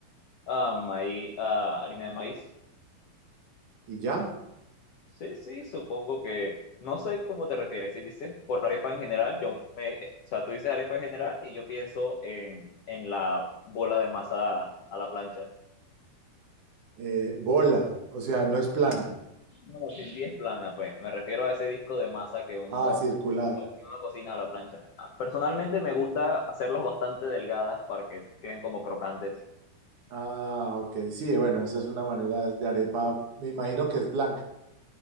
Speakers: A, on the left (about 70°); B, on the right (about 55°).
A: Ah, maíz, ah, harina de maíz
B: Y ya,
A: Sí, sí, supongo que, no sé cómo te refieres, si dices por arepa en general, yo me, o sea, tú dices arepa en general y yo pienso en, en la bola de masa a la plancha.
B: eh, bola, o sea, no es plana.
A: No, sí, sí es plana, pues, me refiero a ese disco de masa que uno,
B: Ah, circular.
A: pues, que uno cocina a la plancha. Ah, Personalmente me gusta hacerlas bastante delgadas para que queden como crocantes.
B: Ah, ok, sí, bueno, esa es una manera de arepa, me imagino que es blanca.